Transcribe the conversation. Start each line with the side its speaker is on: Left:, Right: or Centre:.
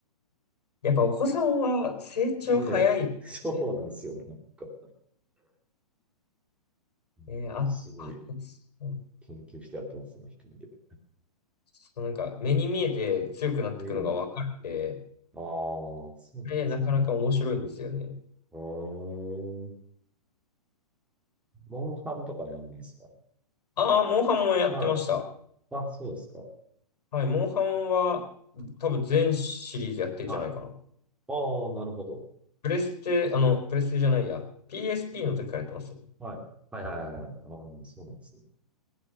Left: やっぱお子さんは成長早いで
Centre: で。で、そうなんですよ、
Left: すね。
Centre: なんか。うん、
Left: えーあ、
Centre: すごい
Left: あと、そう
Centre: 研究してやってますね、一人で。
Left: ちょっとなんか目に見えて強くなってくのがわかるんで、
Centre: うん。ああ、そうなんですね。
Left: で、なかなか面白いんですよね。
Centre: うーん。モンハンとかやんないですか
Left: ああ、モンハンもやってました。
Centre: まあ、あ、そうですか。
Left: はい、モンハンは多分全シリーズやってんじゃないかな。
Centre: はい。ああ、なるほど。
Left: プレステ、あの、プレステじゃないや。PSP の時からやってますね。
Centre: はい。はいはいはいはい。ああ、そうなんですね。